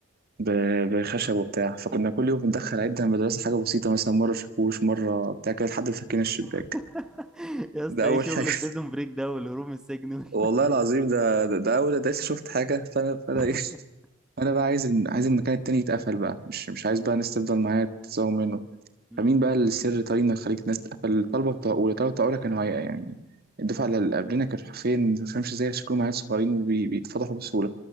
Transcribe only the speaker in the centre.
<laughs> يا اسطى
ايه شغل
بريزون بريك ده والهروب من السجن وال-
<laughs>
مم.